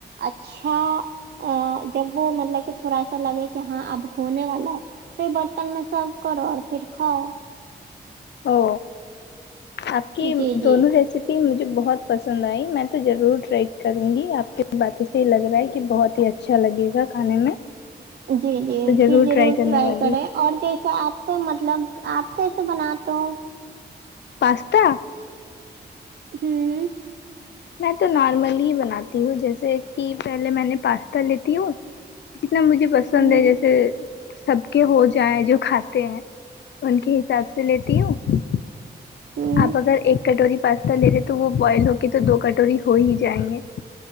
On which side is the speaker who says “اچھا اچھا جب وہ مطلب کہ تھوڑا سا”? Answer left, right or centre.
Right